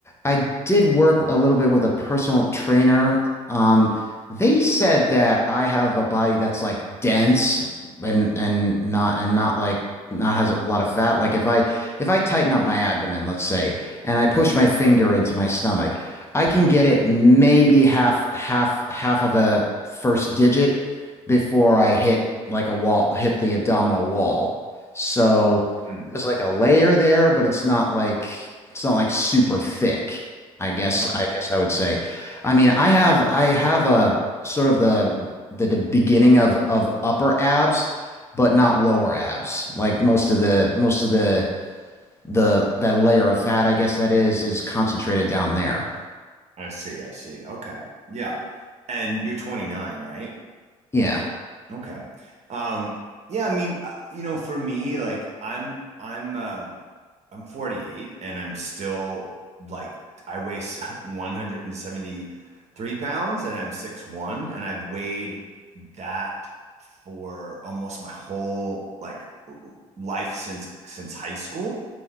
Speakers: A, on the left; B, on the right.
A: I did work a little bit with a personal trainer. Um, they said that I have a body that's like dense and and not and not like not has a lot of fat. Like if I if I tighten up my abdomen, let's say, and I push my finger into my stomach, I can get it maybe half half half of a first digit before I hit like a wall, hit the abdominal wall. So
B: Hmm.
A: there's like a layer there, but it's not like it's not like super thick. I guess
B: no,
A: I guess I would say. I mean, I have I have a sort of the the, the beginning of of upper abs, but not lower abs. Like most of the most of the the that layer of fat, I guess that is, is concentrated down there.
B: I see. I see. Okay. Yeah. And you're 29, right?
A: Yeah.
B: Okay. Um, yeah, I mean, uh, you know, for me, like I'm I'm um I'm 48 and I'm still like I weigh 173 <laughs> pounds and I'm six one and I've weighed that for almost my whole like l- life since since high school,